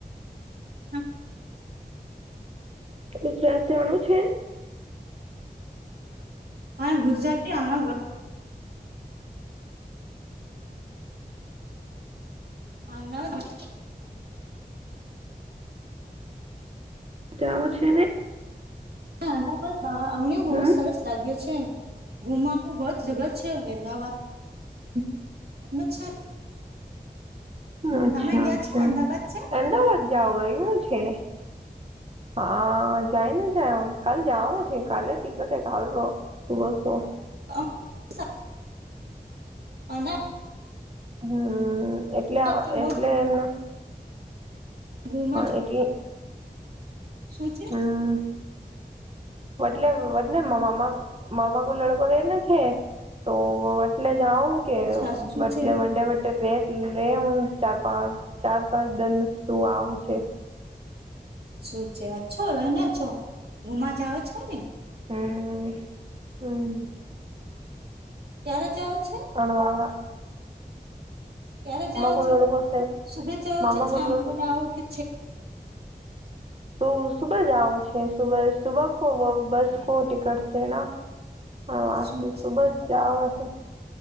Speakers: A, on the right; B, on the right.
A: હમ
B: ગુજરાત જાણું છે.
A: હા હ ગુજરાતી આવ <unintelligible>
B: જાઓ છેને.
A: હ, અ અમને બહુ
B: હમ
A: સરસ લાગ્યો છે. ગુમા બોત જગ છે હવે એ વા
B: <unintelligible>
A: <unintelligible>
B: અચ્છા
A: તમે ગયા
B: અચ્છા
A: છે અમદાવાદ છે
B: અમદાવાદ જાઓ એવુ છે. હા જાયને જાય કાલ જાવં છે કાલે ટિકટે કાલો સુવો છો.
A: <unintelligible>
B: હમ એટલે,
A: અમદાવાદ
B: એટલે એમ
A: <inaudible>
B: એટલે
A: શું છે
B: હં <unintelligible> તો <unintelligible> જાઉ કે
A: સાસ
B: <unintelligible>
A: શું
B: વડે
A: છે
B: વડે રેક લે હું ચાર -પાંચ, ચાર -પાંચ દન શું આવું છે.
A: શું છે અચ્છો હવેને અચ્છો ઘુમા જાઓ છો ને
B: હમ, હમ
A: ક્યારે જાવ છે?
B: ભણવા માં
A: ક્યારે જાઓ
B: કો
A: છે
B: લડકો
A: સુબે જાઓછે
B: મામા
A: કે શામકો
B: કો લડ
A: જાઓછે
B: તો સુબહ જાઉં છે સુબહ સુબહ કો બસ કો ટિકટ છે ના હા, વાત
A: શું
B: તો
A: છે
B: સુબહ જવા છે.